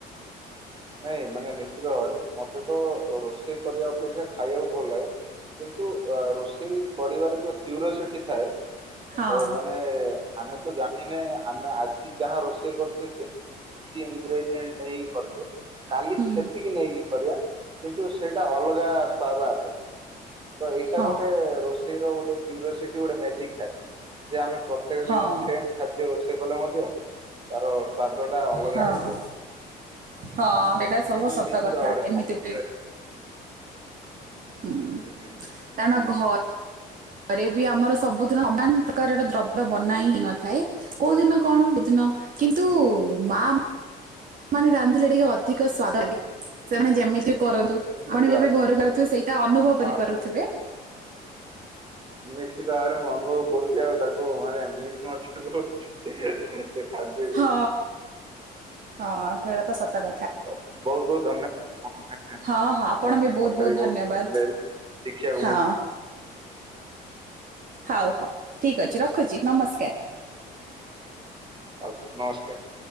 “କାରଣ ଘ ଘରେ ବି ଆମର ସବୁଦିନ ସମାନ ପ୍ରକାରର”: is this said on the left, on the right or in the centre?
Right